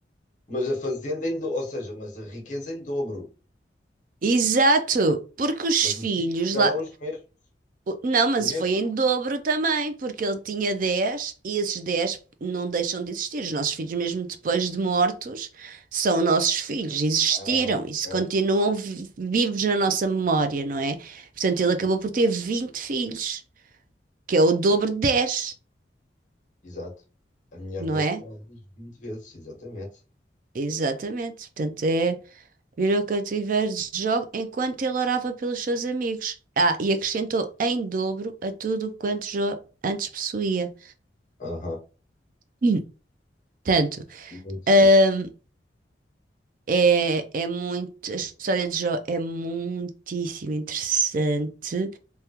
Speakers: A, on the left; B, on the right.
A: Mas a fazenda, em do... ou seja, mas a riqueza em dobro.
B: Exato, porque os
A: Mas
B: filhos
A: os filhos ficaram
B: lá.
A: os mesmos.
B: o- Não, mas
A: O mesmo
B: foi em
A: número.
B: dobro também, porque ele tinha 10 e esses 10 não deixam de existir. Os nossos filhos, mesmo depois de mortos, são nossos filhos, existiram
A: Ah, ok.
B: e se continuam vi- vivos na nossa memória, não é? Portanto, ele acabou
A: Hum,
B: por ter 20 filhos, que é o dobro de 10,
A: Exato. A mulher
B: não
A: dele
B: é?
A: deu à luz 20 vezes, exatamente.
B: Exatamente. Portanto, é. Virou cativeiro de Jó enquanto ele orava pelos seus amigos. Ah, e acrescentou em dobro a tudo quanto Jó antes possuía.
A: Aham,
B: Hum. Tanto,
A: muito
B: hum,
A: fixe.
B: é, é muito, a história de Jó é muitíssimo interessante.